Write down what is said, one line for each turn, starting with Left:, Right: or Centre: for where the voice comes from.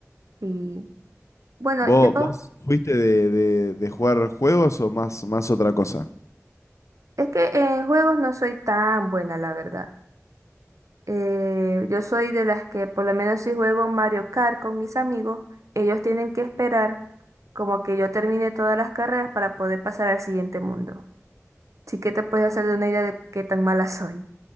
Right: Y bueno,
Left: ¿Vos,
Right: yo
Left: vos fuiste de, de- de jugar juegos o más, más otra cosa?
Right: es que en juegos no soy tan buena, la verdad. Eh, yo soy de las que, por lo menos si juego Mario Kart con mis amigos, ellos tienen que esperar como que yo termine todas las carreras para poder pasar al siguiente mundo. Así que te puedes hacer de una idea de qué tan mala soy.